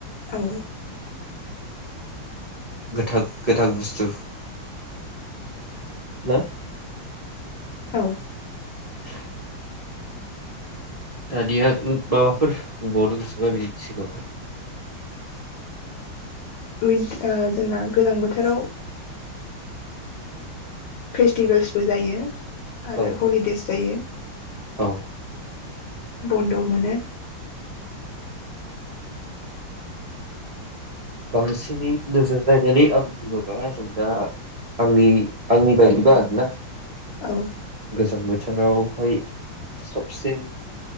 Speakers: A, on the left; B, on the right.
A: औ
B: गोथां गोथां बुस्थु ना?
A: औ
B: <inaudible> दानिया माबाफोर बुंबावनो गोसोबा बिनि सिगाङावहाय
A: उइन्ट जोंना गोजां बोथोराव फेस्टिभेल्सबो जायो। आरो
B: औ
A: हलिदेयस जायो
B: औ
A: बन्द मोनो।
B: बांसिनै नोजोर नायनानै आं बुङोबा जों दा आंनि आंनि बायदिबा आरोना।
A: औ
B: गोजां बोथोरावहाय साबसिन